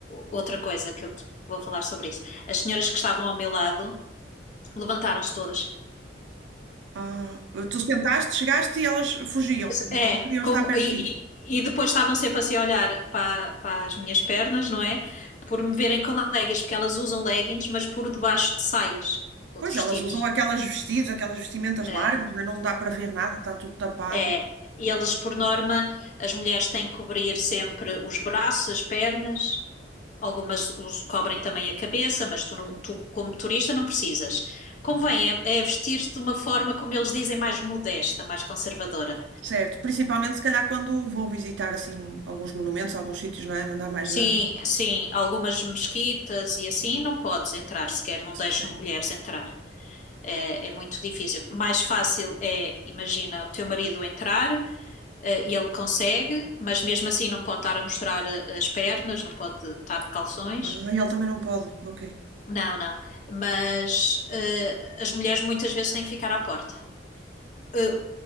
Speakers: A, on the left (about 45°); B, on the right (about 80°).
A: Outra coisa que eu te vou falar sobre isso. As senhoras que estavam ao meu lado levantaram-se todas.
B: Ah, tu sentaste, chegaste e elas fugiam, não,
A: É,
B: não queriam
A: como,
B: estar perto
A: e,
B: de ti.
A: e, e depois estavam sempre assim a olhar para, para as minhas pernas, não é? Por me verem com leggings, porque elas usam leggings, mas por debaixo de saias ou
B: Pois
A: de vestidos.
B: elas usam aquelas vestidos, aquelas vestimentas
A: É,
B: largas, né? Não dá para ver nada, está tudo tapado.
A: É, e elas, por norma, as mulheres têm que cobrir sempre os braços, as pernas, algumas os, cobrem também a cabeça, mas tu, não-
B: Sim,
A: tu, como turista, não precisas. Convém
B: ok.
A: é, é vestir-te de uma forma, como eles dizem, mais modesta, mais conservadora.
B: Certo, principalmente se calhar quando vou visitar assim alguns monumentos, alguns sítios, não é? Mandar mais
A: Sim,
B: na.
A: sim, algumas mesquitas e assim não podes entrar sequer, não deixam
B: Certo.
A: mulheres entrar. É, é muito difícil. Mais fácil é, imagina, o teu marido entrar Eh, e Ele consegue, mas mesmo assim não pode estar a mostrar eh, as pernas, não pode estar de calções.
B: Ah, ele também não pode. Ok,
A: Não, não. Mas eh, as mulheres muitas vezes têm que ficar à porta. Eh,